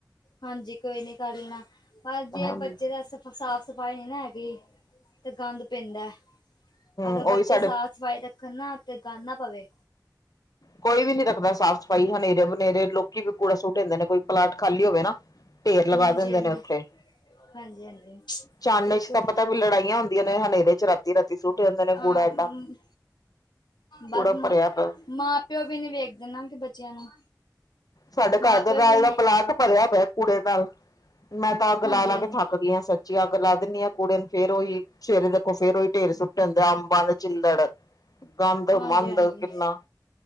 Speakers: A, on the left; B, on the left.
A: ਹਾਂਜੀ ਕੋਈ ਨੀ ਕਰ ਲੈਣਾ ਪਰ ਜੇ
B: ਹਮ
A: ਬੱਚੇ ਦਾ ਸਾਫ ਸਫ਼ਾਈ ਨੀ ਨਾ ਹੈਗੀ ਤੇ ਗੰਦ ਪੈਂਦਾ ਅਗਰ
B: ਉਹੀ
A: ਬੱਚੇ
B: ਸਾਡੇ
A: ਸਾਥ ਸਵਾਈ ਰੱਖਣ ਨਾ ਅਤੇ ਗਨ ਨਾ ਪਵੇ
B: ਕੋਈ ਵੀ ਨੀ ਰੱਖਦਾ ਸਾਫ਼ ਸਫ਼ਾਈ ਹਨੇਰੇ ਵਨੇਰੇ ਲੋਕੀ ਵੀ ਕੂੜਾ ਸੂਟ ਆਂਦੇ ਨੇ ਕੋਈ ਪਲਾਟ ਖਾਲੀ ਹੋਵੇ ਨਾ। ਢੇਰ ਲਗਾ
A: ਹਾਂਜੀ
B: ਦੇਂਦੇ
A: ਹਾਂਜੀ
B: ਨੇ ਓਥੇ।
A: ਹਾਂਜੀ, ਹਾਂਜੀ
B: ਚਾਨਨੇ
A: ਬਿਲਕੁਲ
B: ਚ ਤਾਂ ਪਤਾ ਵੀ ਲੜਾਈਆਂ ਹੁੰਦੀਆਂ ਨੇ ਹਨੇਰੇ ਚ ਰਾਤੀ ਰਾਤੀ ਸੁੱਟ ਆਂਦੇ ਨੇ ਕੂੜਾ
A: ਅ
B: ਏਡਾ।
A: ਬਸ
B: ਕੂੜਾ
A: ਮ
B: ਭਰਿਆ ਪਿਆ
A: ਮਾਂ ਪਿਓ ਵੀ ਨੀ ਵੇਖਦੇ ਨਾ ਕਿ ਬੱਚਿਆਂ ਨੂੰ।
B: ਸਾਡੇ
A: ਮਾਂ
B: ਘਰ ਦੇ
A: ਪਿਓ
B: ਬਾਰਲਾ
A: ਵੀ ਨੀ
B: ਪਲਾਟ ਭਰਿਆ ਪਿਆ ਏ ਕੂੜੇ ਨਾਲ। ਮੈਂ ਤਾਂ ਅੱਗ ਲਾ,
A: ਹਾਂਜੀ
B: ਲਾ
A: ਹਾਂਜੀ
B: ਕੇ ਥੱਕ ਗਈ ਆਂ ਸੱਚੀ ਅੱਗ ਲਾ ਦਿੰਨੀ ਆਂ ਕੁੂੜੇ ਨੂੰ ਫੇਰ ਓਈ ਸਵੇਰੇ ਦੇ ਓ ਫੇਰ ਓਈ ਢੇਰ ਸੁੱਟ ਆਣਦੇ ਅੰਬਾਂ ਦੇ ਚਿੱਲੜ, ਗੰਦ
A: ਹਾਂਜੀ
B: ਮੰਦ
A: ਹਾਂਜੀ
B: ਕਿੰਨਾ।